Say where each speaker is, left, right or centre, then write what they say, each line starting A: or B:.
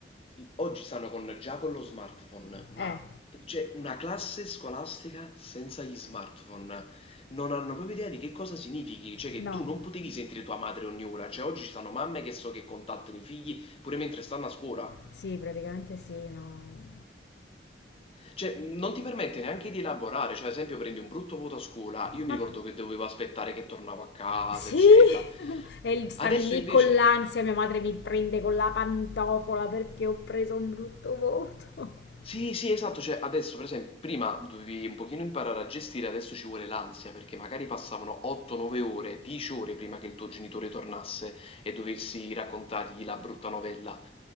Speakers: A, on the left; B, on the left.
A: i- oggi stanno con già con lo smartphone, ma
B: Eh,
A: c'è una classe scolastica senza gli smartphone. Non hanno proprio idea di che cosa significhi, cioè che
B: no,
A: tu non potevi sentire tua madre ogni ora, cioè oggi ci sono mamme che so che contattano i figli pure mentre stanno a scuola,
B: Sì, praticamente sì, no.
A: cioè non ti permette neanche di elaborare, cioè ad esempio prendi un brutto voto a scuola, io
B: Ma
A: mi ricordo che dovevo aspettare che tornavo a casa,
B: sì!
A: eccetera.
B: <laughs> E l- stavi
A: Adesso
B: lì
A: invece...
B: con l'ansia, mia madre mi prende con la pantofola perché ho preso un brutto voto. <laughs>
A: Sì, sì, esatto, cioè adesso per esempio prima dovevi un pochino imparare a gestire, adesso ci vuole l'ansia perché magari passavano 8-9 ore, 10 ore prima che il tuo genitore tornasse e dovessi raccontargli la brutta novella.